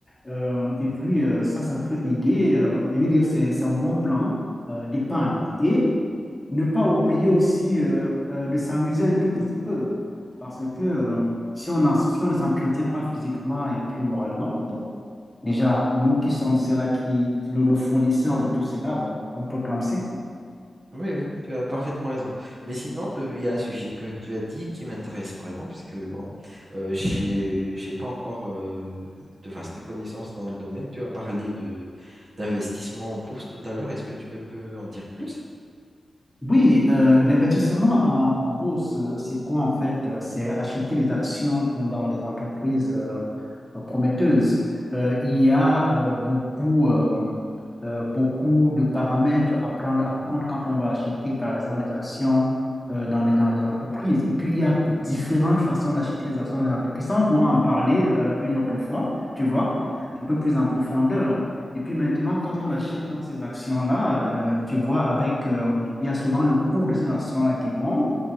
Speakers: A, in the centre; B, on the right (about 45°).
A: Euh, et
B: mhm.
A: puis euh, ça, ça peut aider. euh, je veux dire, c'est, c'est un bon plan euh, d'épargne.
B: Mhm,
A: Et ne pas oublier aussi euh, euh, de s'amuser un tout petit peu. Parce que euh, si on, en- si on ne s'entretient pas physiquement et puis moralement, bon, déjà, nous qui
B: mhm.
A: sommes ceux-là qui, le, le fournisseur de tout cela, bon, on peut clamser.
B: Oui, oui, tu as parfaitement raison. Mais sinon, te- il y a un sujet que tu as dit qui m'intéresse vraiment, parce que bon, euh, j'ai, j'ai pas encore euh, de vastes connaissances dans le domaine. Tu as parlé de d'investissement en bourse tout à l'heure. Est-ce que tu peux en dire plus?
A: Oui, euh, l'investissement en, en bourse, euh, c'est quoi en fait? euh, C'est acheter les actions dans les entreprises euh, prometteuses. Euh, il y a
B: Mhm,
A: euh, beaucoup, euh, euh, beaucoup de paramètres à prendre en compte quand on va acheter, par exemple, les actions euh, dans les, dans les entreprises. Et puis, il y a différentes façons d'acheter les actions dans les entreprises. Ça, on pourra en parler euh, une autre fois, tu vois,
B: mhm,
A: un peu plus en profondeur. Et puis maintenant, quand on achète dans ces actions-là, euh, tu vois, avec, euh, il y a souvent le cours de ces actions-là qui monte.